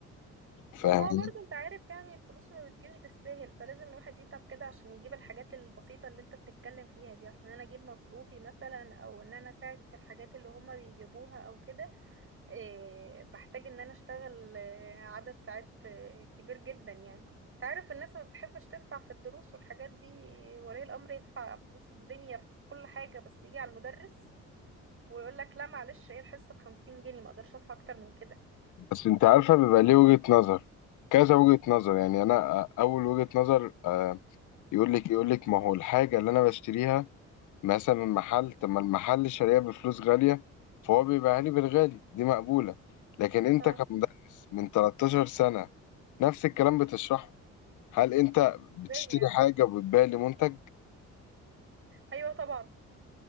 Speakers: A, on the left (about 75°); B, on the right (about 45°).
A: فاهماني
B: ما هو برضه انت عارف يعني الفلوس ما بتجيش بالساهل فلازم الواحد يتعب كده عشان يجيب الحاجات البسيطة اللي انت بتتكلم فيها دي عشان انا اجيب مصروفي مثلا او ان انا اساعد في الحاجات اللي هما بيجيبوها او كده إيه بحتاج ان انا اشتغل آه، عدد ساعات آه، كبير جدا يعني انت عارف الناس ما بتحبش تدفع في الدروس والحاجات دي ولي الامر يدفع فلوس الدنيا في كل حاجة بس يجي على المدرس ويقول لك لا معلش ايه الحصة بخمسين جنيه ما اقدرش ادفع اكتر من كده
A: بس انت عارفه بيبقى ليه وجهه نظر كذا وجهه نظر يعني انا آه، اول وجهه نظر آه، يقول لك يقول لك ما هو الحاجه اللي انا بشتريها مثلا من محل طب ما المحل شاريها بفلوس غاليه فهو بيبيعها لي بالغالي دي مقبوله لكن انت
B: اه
A: كمدرس من 13 سنه نفس الكلام بتشرحه هل انت بتشتري
B: ازاي يعني
A: حاجه وبتبيع لي منتج
B: ايوه طبعا